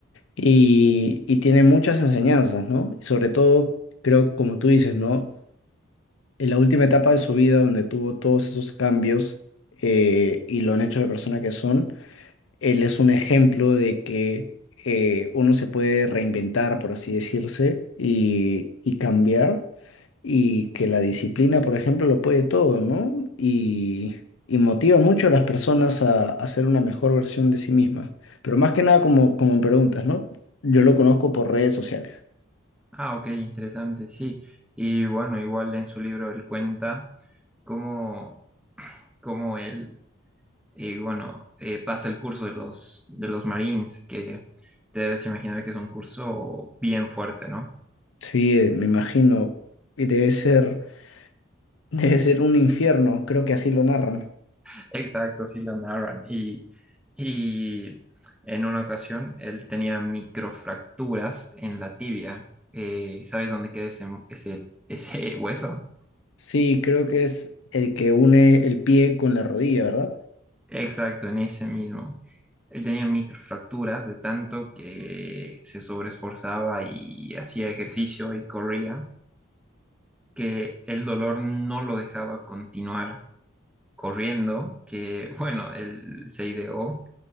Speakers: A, on the left (about 70°); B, in the centre.
A: Y, y tiene muchas enseñanzas, ¿no? Y sobre todo, creo, como tú dices, ¿no? En la última etapa de su vida, donde tuvo todos esos cambios eh, y lo han hecho la persona que son. Él es un ejemplo de que eh, uno se puede reinventar, por así decirse, y, y cambiar, y que la disciplina, por ejemplo, lo puede todo, ¿no? Y, y motiva mucho a las personas a, a ser una mejor versión de sí mismas. Pero más que nada, como, como me preguntas, ¿no? Yo lo conozco por redes sociales.
B: Ah, ok, interesante, sí. Y bueno, igual en su libro él cuenta cómo, cómo él, eh, bueno, eh, pasa el curso de los, de los Marines, que te debes imaginar que es un curso bien fuerte, ¿no?
A: Sí, eh, me imagino, y debe ser, <laughs> debe ser un infierno, creo que así lo narran.
B: <laughs> Exacto, sí lo narran. Y, y en una ocasión él tenía microfracturas en la tibia. Eh, ¿sabes dónde queda ese, ese, ese hueso?
A: Sí, creo que es el que une el pie con la rodilla, ¿verdad?
B: Exacto, en ese mismo. Él tenía microfracturas de tanto que se sobreesforzaba y hacía ejercicio y corría, que el dolor no lo dejaba continuar corriendo, que bueno, él se ideó